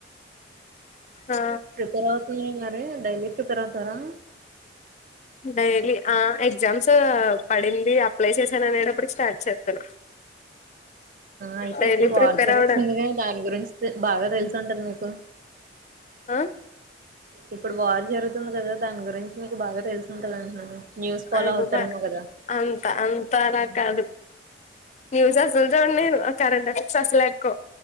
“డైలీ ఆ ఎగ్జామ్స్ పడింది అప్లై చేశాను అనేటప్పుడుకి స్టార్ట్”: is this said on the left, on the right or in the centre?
Left